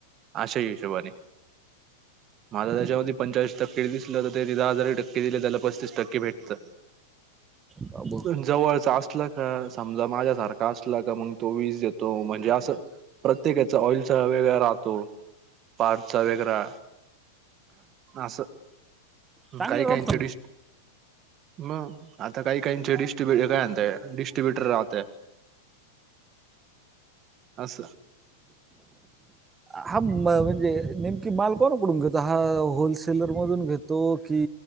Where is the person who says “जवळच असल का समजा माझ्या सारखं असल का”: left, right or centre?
Right